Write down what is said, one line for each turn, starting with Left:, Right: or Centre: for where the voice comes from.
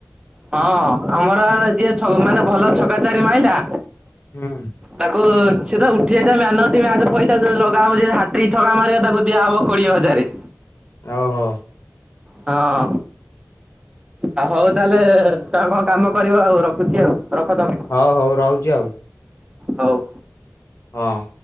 Right: ହଁ ଆମର ଯିଏ ଛ ମାନେ ଭଲ ଛକା ଚାରି ମାଇଲା
Left: ହୁଁ।
Right: ତାକୁ ସେ ତ ଉଠି ଯାଇଥାଏ ମ୍ୟାନ ଅଫ ଦି ମ୍ୟାଚ ପଇସା ଯଦି ଲଗା ହବ ଯେ ହାଟ୍ରିକ ଛକା ମାରିବ ତାକୁ ଦିଆହବ କୋଡିଏ ହଜାରେ।
Left: ଓହୋ।
Right: ହଁ। ଆ ହଉ ତାହେଲେ ତମେ କଣ କାମ କରିବ ଆଉ ରଖୁଛି ଆଉ ରଖ ତମେ।
Left: ହ ହଉ ରଉଛି ଆଉ।
Right: ହଉ।
Left: ହଁ।